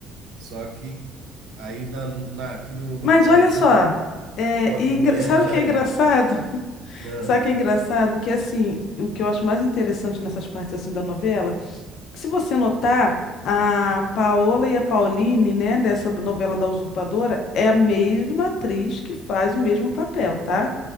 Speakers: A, on the right; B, on the left.
A: Só que aí na, na- aqui no, no
B: Mas
A: Brasil
B: olha só, é,
A: bota
B: e
A: Mulheres
B: engra- sabe
A: de
B: o que
A: Areia.
B: é engraçado? <laughs>
A: Ah,
B: Sabe o que é engraçado? Que assim, o que eu acho mais interessante nessas partes assim da novela, que se você notar, a Paola e a Pauline, né, dessa da novela da Usurpadora, é a mesma atriz que faz o mesmo papel, tá?